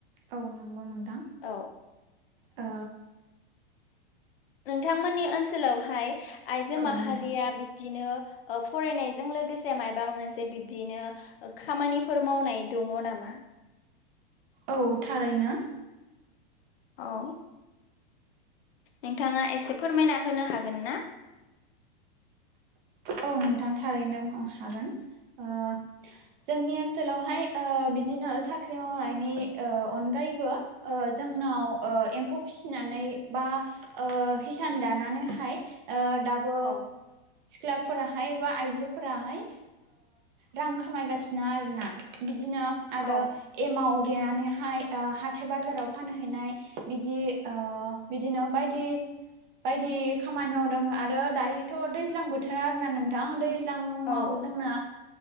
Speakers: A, on the right; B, on the left.
A: औ नांगौ नोंथां
B: औ
A: ओ
B: नोंथांमोननि ओनसोलावहाय आइजो
A: औ
B: माहारिया
A: नोंथां
B: बिब्दिनो फरायनायजों लोगोसे मायबा मोनसे बिब्दिनो खामानिफोर मावनाय दङ नामा <unintelligible>
A: औ थारैनो
B: औ नोंथाङा एसे फोरमायना होनो हागोनना
A: औ नोंथां थारैनो हागोन ओ जोंनि ओनसोलावहाय बिदिनो साख्रि मावनायनि ओ अनगा यैबो जोंनाव एम्फौ फिसिनानै बा हिसान दानानै <unintelligible> दाबो
B: औ
A: फिसाफोराहाय बा आइजोफोराहाय रां खामायगासिनो आरोना बिदिनो आरो
B: औ
A: एमाव देनानै हाय हाथाय बाजाराव फानहैनाय बिदि बिदिनो बायदि बायदि खामानि मावदों आरो दायोथ' दैज्लां बोथोर बोथोर आरोना नोंथां दैज्लाङाव
B: औ
A: जोंना